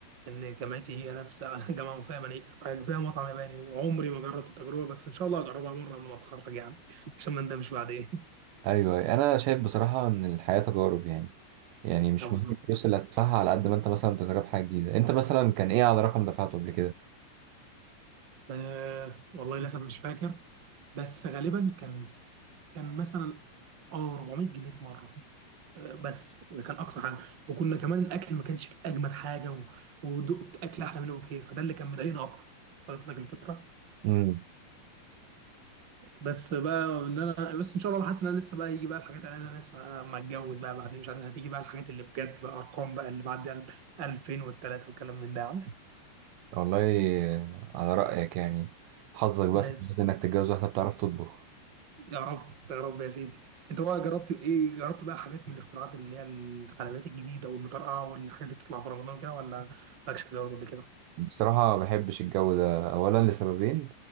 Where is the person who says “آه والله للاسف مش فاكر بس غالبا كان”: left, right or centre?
Right